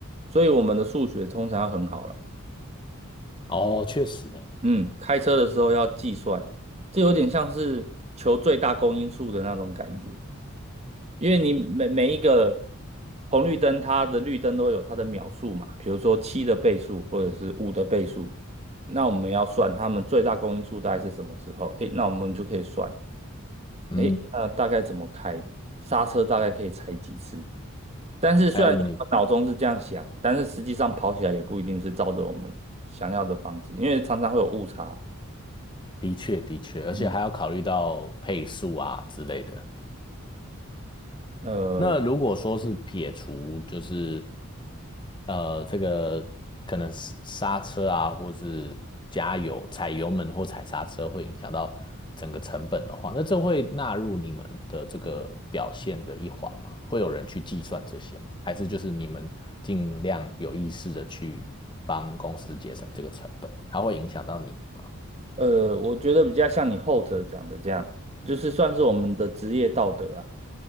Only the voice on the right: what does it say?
所以我们的数学通常要很好了。
嗯，开车的时候要计算，这有点像是求最大公因数的那种感觉，因为你每每一个红绿灯，它的绿灯都有它的秒数嘛，比如说七的倍数或者是五的倍数，那我们要算它们最大公因数大概是什么时候？诶，那我们就可以算，
诶，那大概怎么开，刹车大概可以踩几次，但是虽然说我们脑中是这样想，
但是实际上跑起来也不一定是照着我们想要的方式，因为常常会有误差。
嗯呃
呃，我觉得比较像你后者讲的这样，就是算是我们的职业道德啊。